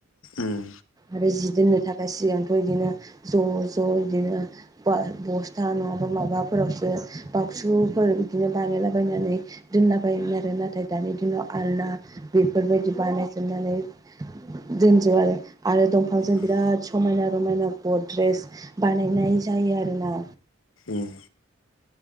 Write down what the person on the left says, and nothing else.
ओम।
उम
ओम